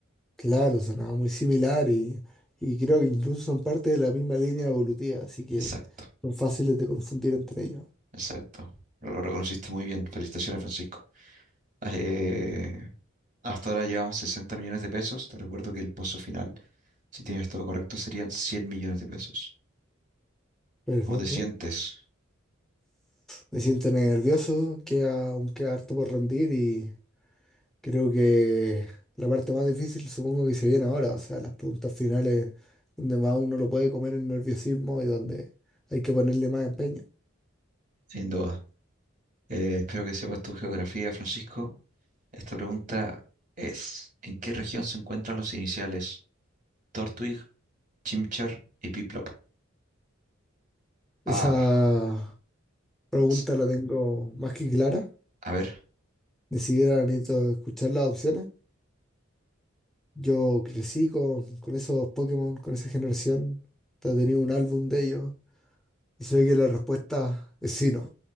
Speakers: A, in the centre; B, on the right.
A: claro, sonaba muy similar y, y creo que incluso son parte de la misma línea evolutiva, así que
B: Exacto,
A: son fáciles de confundir entre ellos.
B: exacto. Lo, lo reconociste muy bien. Felicitaciones, Francisco. Eh, hasta ahora llevamos 60 millones de pesos. Te recuerdo que el pozo final, si tienes todo correcto, serían 100 millones de pesos.
A: Perfecto.
B: ¿Cómo te sientes?
A: Me siento nervioso, queda aún queda harto por rendir y Creo que la parte más difícil supongo que se viene ahora, o sea, las preguntas finales donde más uno lo puede comer el nerviosismo y donde hay que ponerle más empeño.
B: Sin duda. Eh, espero que sepas tu geografía, Francisco. Esta pregunta es, ¿en qué región se encuentran los iniciales Tortwig, Chimchar y Piplop?
A: Esa
B: Ah,
A: pregunta
B: s-
A: la tengo más que clara,
B: a ver,
A: ni siquiera necesito escuchar las opciones. Yo crecí con, con esos Pokémon, con esa generación, hasta tenía un álbum de ellos y sé que la respuesta es sí, no.